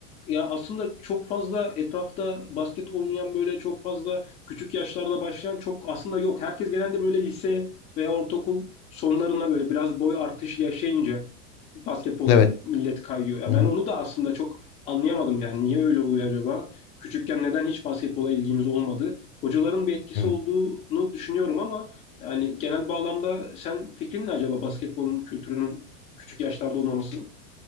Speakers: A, on the left; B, on the left.
A: ya aslında çok fazla etrafta basket oynayan böyle çok fazla küçük yaşlarda başlayan çok aslında yok. Herkes genelde böyle lise veya ortaokul sonlarına böyle biraz boy artışı yaşayınca basketbola
B: Evet.
A: millet kayıyor. Ya
B: Hı
A: ben
B: hı.
A: onu da aslında çok anlayamadım yani. Niye öyle oluyor acaba? Küçükken neden hiç basketbola ilgimiz olmadı? Hocaların bir etkisi
B: Hı.
A: olduğunu düşünüyorum ama yani genel bağlamda sen fikrin ne acaba basketbolun kültürünün küçük yaşlarda olmamasının?